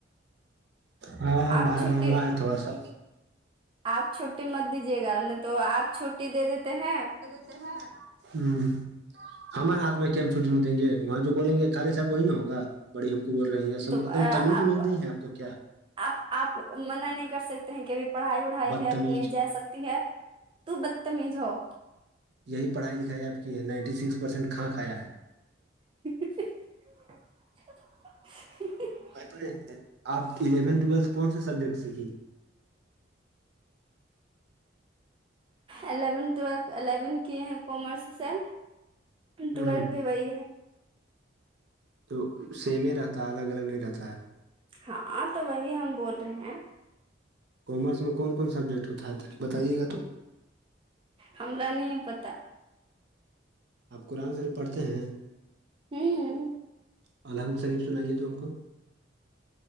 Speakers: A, on the right; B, on the right.
A: ہاں
B: آپ
A: بھائی
B: چھٹی
A: بہنگا ہے تھوڑا سا
B: آپ چھٹی مت دیجیے گا نہیں تو آپ چھٹی دے دیتے ہیں
A: ہوں ہمارے ہاتھ میں کیم چھٹٹی نہیں دیں گے وہاں جو بولیں گے خالی صاحب وہی نا ہوگا بڑی ہم کو بول رہی ہیں
B: تو
A: ایکم
B: آپ
A: تمیز امیز نہیں ہے آپ کو کیا
B: آپ آپ منع نہیں کر سکتے ہیں کہ ابھی پڑھائی وڑھائی
A: بدتمیز
B: ہے ابھی نہیں جا سکتے ہے تو بدتمیز ہو
A: یہی پڑھائی لکھائی آپ کی ہے نائنٹی سکس پرسینٹ کھاں کھیا ہے
B: <inaudible>
A: میں آپ الیونت ٹویلتھ کون سے سبجیکٹ سیکھی
B: الیون الیون کی ہیں کمارس سے
A: ہ
B: ٹویلتھ بھی وہی ہے
A: تو سیم ہی رہتا ہے الگ الگ نہیں رہتا ہے
B: ہاں تو وہی ہم بول رہے ہیں
A: کامرس میں کون کون سبجیکٹ ہوتا بتائیے گا تو
B: ہمارا نہیں ہے پتا
A: آپ قرآن شریف پڑھتے ہیں
B: ہوں
A: الحمد شریف سنائیے تم کو